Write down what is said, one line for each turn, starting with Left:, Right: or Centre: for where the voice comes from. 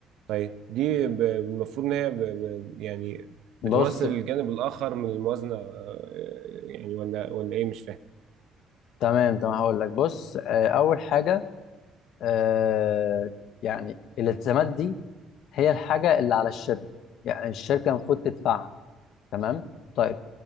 Right: طيب دي ب- المفروض ان هي ب- ب- يعني
Left: بص
Right: بتمثل
Left: بقى.
Right: الجانب الاخر من الموازنة آه، آه، يعني ولا ولا ايه مش فاهم
Left: تمام تمام هقول لك بص آه اول حاجه آه يعني الالتزامات دي هي الحاجه اللي على الشركه يعني الشركه المفروض تدفعها تمام طيب